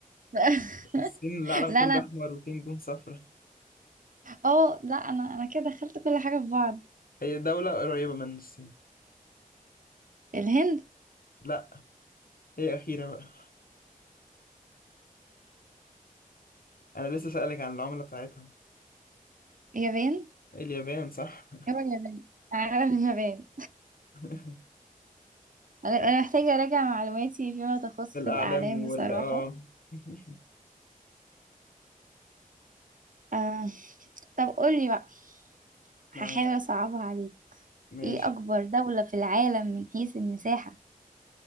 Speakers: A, on the right; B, on the left.
A: <laughs>
B: <laughs> الصين العالم
A: لا
B: كله
A: لا
B: أحمر وفيه نجوم صفرا
A: اه لا أنا أنا كده دخلت كل حاجة في بعض
B: هي دولة قريبة من الصين
A: الهند
B: لا هي أخيرة بقى أنا لسه سألك عن العملة بتاعتها
A: اليابان
B: إيه، اليابان صح
A: هو اليابان عالم اليابان
B: <laughs>
A: أنا أنا محتاجة أراجع معلوماتي فيما تخص
B: الأعلام
A: الأعلام
B: وال
A: بصراحة
B: اه <laughs>
A: آه طب قولي بقى هحاول
B: معاك
A: أصعبها عليك
B: ماشي
A: إيه أكبر دولة في العالم من حيث المساحة